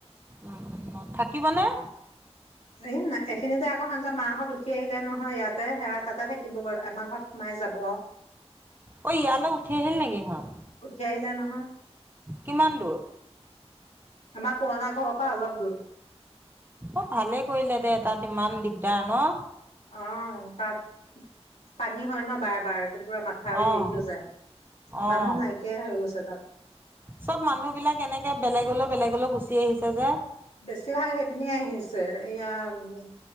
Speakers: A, on the right; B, on the left.
A: ওঁ ওঁ থাকিবনে?
B: দেখিছেনে নাই? প্ৰেচিডেন্তে আকৌ হাঁত মা হঁত উঠি আহিলে নহয়, ইয়াতে সেয়া তাতে থাকিবগৈ আমা ঘ'ত সোমাই যাব।
A: অই ইয়ালে উঠি আহিল নেকি সিহঁত?
B: উঠি আহিলে নহয়।
A: কিমান দূৰ?
B: আমাৰ পুৰণা ঘৰৰ পৰা অলপ দূৰ
A: অ' ভালে কৰিলে দে তাত ইমান দিগদাৰ ন
B: অ' তাত পানী হয় ন বাৰ বাৰ পুৰা মাথাউৰি
A: অহ
B: হেৰি হৈ যায়
A: অহ
B: মানুহ নাইকিয়াই হৈ গৈছে তাত
A: চব মানুহ বিলাক এনেকে বেলেগ বেলেগ বেলেগ অলৈ গুচি আহিছে যে
B: বেছিভাগ সেইপিনি আহিছে ইয়া <unintelligible>